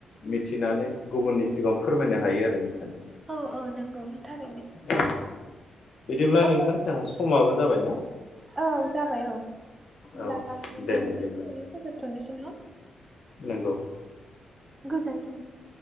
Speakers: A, on the left; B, on the right.
A: मिथिनानै गुबुननि सिगाआव फोरमायनो हायो आरो नोंथां।
B: औ औ नों थार
A: औ बिदिब्ला
B: अब्ला
A: नोंथां जोंहा समाबो जाबायना
B: औ जाबाय औ होमब्ला
A: औ
B: जों
A: दे बिदिब्ला
B: बेखिनियावनो फोजोबथ'नोसै ना?
A: नंगौ
B: गोजोन्थों।